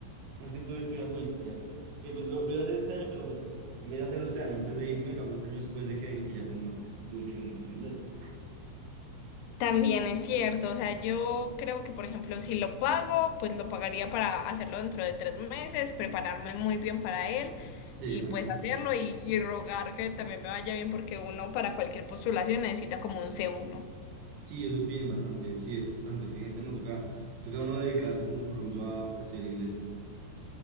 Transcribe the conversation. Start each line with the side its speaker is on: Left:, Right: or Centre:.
Right: no es que tú, tú ya fuiste ya, que pues lo, lo iba a hacer este año, pero pues en vez de hacerlo este año, antes de irme, lo hago este año después de que venga, que ya esté más ducho en inglés.
Left: También es cierto. O sea, yo creo que, por ejemplo, si lo pago, pues lo pagaría para hacerlo dentro de tres meses, prepararme muy bien para él
Right: Sí,
Left: y
Right: exacto.
Left: pues hacerlo y, y rogar que también me vaya bien porque uno para cualquier postulación necesita como un c uno
Right: Sí, eso piden bastante, sí es bastante exigente, ¿no? Toca, toca uno dedicarse con compromiso a estudiar inglés.